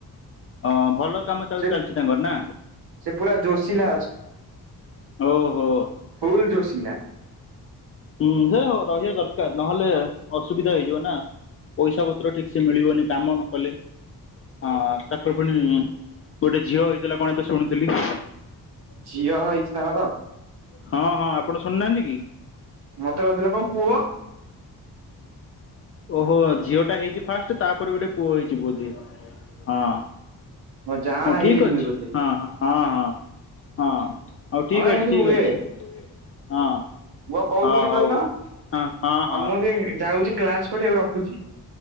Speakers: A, on the left; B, on the right.
A: ଅଁ ଭଲ କାମ ତାହେଲେ
B: ସେ
A: ଚାଲିଛି ତାଙ୍କର ନା?
B: ସେ ପୁରା ଜୋସିଲା
A: ଓ ହୋ।
B: ଫୁଲ୍‌ଜୋଶିଲା।
A: ହୁଁ ହେ ରହିବା ଦରକାର ନହେଲେ ଅସୁବିଧା ହେଇଯିବ ନା। ପଇସା ପତ୍ର ଠିକ ସେ ମିଳିବନି କାମ ନ କଲେ। ହଁ ହଁ ତା <unintelligible> ଗୋଟେ ଝିଅ ହେଇଥିଲା କଣ ଏବେ ଶୁଣୁଥିଲି।
B: ଝିଅ ହେଇଛି ତାଙ୍କର
A: ହଁ ହଁ ଆପଣ ଶୁଣୁ ନାହାନ୍ତି ନ୍ତି କି?
B: ମତେ କହିଥିଲା କଣ ପୁଅ।
A: ଓହୋ ଝିଅଟା ହେଇଛି ଫାଷ୍ଟ ତାପରେ ଗୋଟେ ପୁଅ ହେଇଛି ବୋଧେ ହଁ।
B: ଜାଆଁଳା
A: ହଁ
B: ହେଇଯାଇଛନ୍ତି
A: ଠିକ୍ ଅଛି
B: ବୋଧେ
A: ହଁ ହଁ। ହଁ ହଁ ହଁ ହଉ ଠିକ
B: ହଁ ଏମିତି
A: ଅଛି ଠିକ
B: ହୁଏ
A: ଅଛି ହଁ।
B: ମୁଁ ଆଉ କହୁଥିଲି
A: ହଁ ହଉ
B: କହିଲ
A: ହଁ ହଁ ହଁ
B: ଆଉ ମୁଁ ଯେ ଯାଉଛି କ୍ଲାସ କରିଵାକୁ ରଖୁଛି।